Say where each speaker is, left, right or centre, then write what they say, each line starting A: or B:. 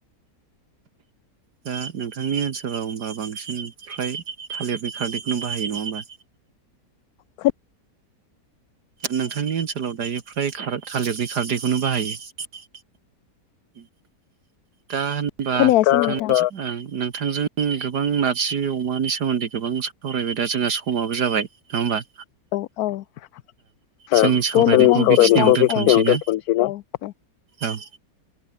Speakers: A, on the right; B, on the left.
A: दा नोंथांनि ओनसोलाव होमबा बांसिन फ्राय थालिरनि खारदैखौनो बाहायो नङा ओमबा?
B: खोद
A: नोंथांनि ओनसोलाव दायो फ्राय खार थालिरनि खारदैखौनो बाहायो। दा होनबा
B: खोनायासै
A: नोंथांजो
B: नोंथां
A: आं नोंथांजों गोब गोबां नारजि अमानि सोमोन्दै गोबां सावरायबाय दा जोंहा समाबो जाबाय नङा होमबा?
B: औ औ दे
A: जोंनि सावरायनायखौ
B: नोंथां
A: बेखिनियावनो दोनथ'नोसै
B: बिदिब्ला
A: ना
B: औ दे।
A: औ